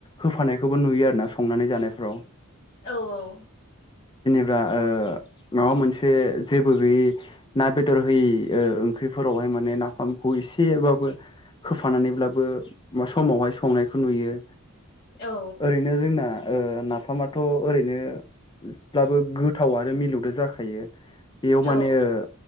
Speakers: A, on the left; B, on the left.
A: होफानायखौबो नुयो आरोना संनानै जानाय औ
B: औ-औ
A: बा ओह माबा मोनसे जेबो गोयि ना बेदर होयि ओह ओंख्रिफोरावहाय माने नाफामखौ एसेबाबो होफानानैब्लाबो अब्बा समावहाय संनायखौ नुयो
B: औ
A: ओरैनो जोंना ओह नाफामाथ' ओरैनोब्लाबो गोथाव आरो मिलौदो जाखायो बेयाव माने
B: औ
A: ओह